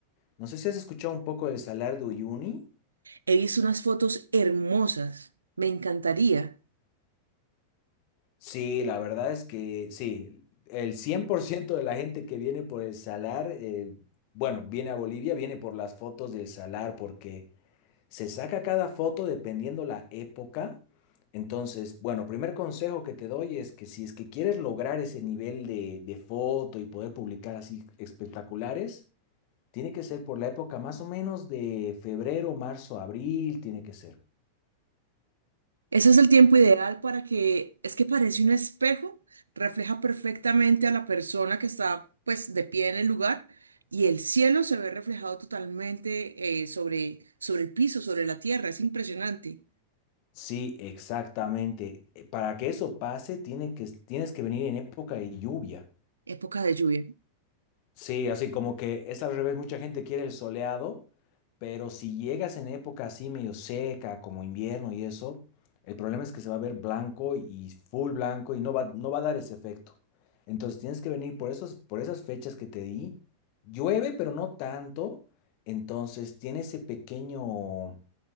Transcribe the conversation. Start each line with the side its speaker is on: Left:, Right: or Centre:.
Left: No sé si has escuchado un poco del salar de Uyuni.
Right: He visto unas fotos hermosas, me encantaría.
Left: Sí, la verdad es que sí, el 100% de la gente que viene por el salar, eh, bueno, viene a Bolivia, viene por las fotos del salar, porque... Se saca cada foto dependiendo la época. Entonces, bueno, primer consejo que te doy es que si es que quieres lograr ese nivel de, de foto y poder publicar así espectaculares, tiene que ser por la época más o menos de febrero, marzo, abril, tiene que ser.
Right: Ese es el tiempo ideal para que, es que parece un espejo, refleja perfectamente a la persona que está pues de pie en el lugar y el cielo se ve reflejado totalmente eh, sobre, sobre el piso, sobre la tierra, es impresionante.
Left: Sí, exactamente. Eh, Para que eso pase, tiene que, tienes que venir en época de lluvia.
Right: Época de lluvia.
Left: Sí, así como que es al revés, mucha gente quiere el soleado, pero si llegas en época así medio seca, como invierno y eso, el problema es que se va a ver blanco y full blanco y no va, no va a dar ese efecto. Entonces tienes que venir por esos, por esas fechas que te di. Llueve, pero no tanto, entonces tiene ese pequeño,